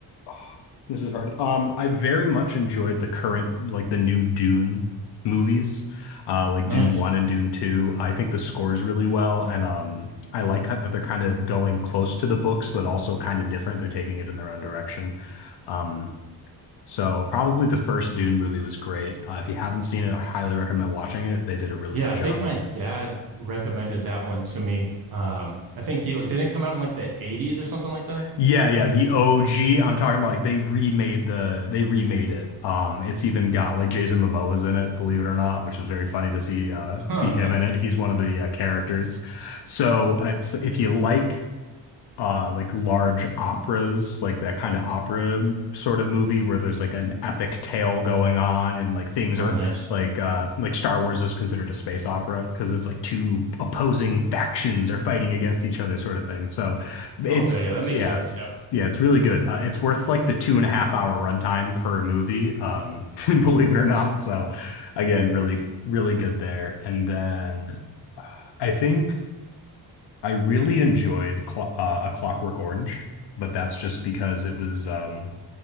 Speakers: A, on the left; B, on the right.
A: <sighs> oh, this is hard. Um, I very much enjoyed the current, like the new Dune movies, uh, like
B: Nice.
A: Dune 1 and Dune 2. I think the score is really well, and um, I like how- that they're kind of going close to the books, but also kind of different. They're taking it in their own direction. Um, so probably the first Dune movie was great. Uh, if you haven't seen it, I highly recommend watching it. They did a really
B: Yeah,
A: good
B: I
A: job.
B: think my dad recommended that one to me. Um, I think he like, didn't it come out in like the 80s or something like that.
A: Yeah,
B: <laughs>
A: yeah, the OG. I'm talking about like they remade the they remade it. Um, it's even got like Jason Momoa's in it, believe it or not, which was very funny to see uh see
B: Huh.
A: him in it. He's one of the uh, characters. So it's if you like uh like large operas like that kind of opera sort of movie where there's like an epic tale going on and like things
B: Oh,
A: are
B: nice.
A: like uh like Star Wars is considered a space opera because it's like two opposing factions are fighting against each other sort of thing so it's
B: Okay, yeah, that makes
A: yeah
B: sense. Yeah.
A: yeah it's really good uh, it's worth like the two and a half hour runtime per movie um <laughs> believe it or not so again really really good there and then I think I really enjoyed Clo uh, A Clockwork Orange, but that's just because it was um